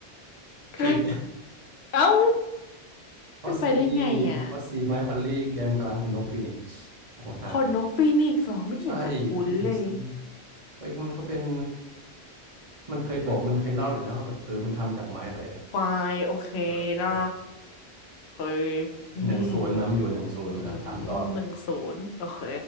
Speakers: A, on the left; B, on the right.
A: <laughs>
B: ผิด
A: เอ้า
B: ข้อ
A: เป็นไปได้ไงอ่ะ
B: C ข้อ C ไมค์พอลลี่แกนกลางขนนกฟินิกซ์ต่างหาก
A: ขนนกฟีนิกซ์เหรอไม่เห็นจะคุ้นเลย
B: ใช่ฟินิกซ์เฮ้ยมันก็เป็นมันเคยบอกมันเคยเล่าอยู่นะว่าแบบเออมันทำจากไม้อะไรอะ
A: ไฟโอเค
B: เออ
A: ได้เคยอืม
B: หนึ่งศูนย์นำอยู่หนึ่งศูนย์อ่ะถามต่อ
A: อือหือหนึ่งศูนย์โอเค